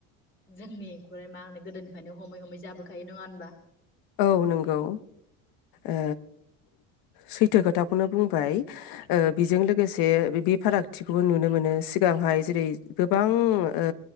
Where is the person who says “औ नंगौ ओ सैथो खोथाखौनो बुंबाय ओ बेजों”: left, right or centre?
Left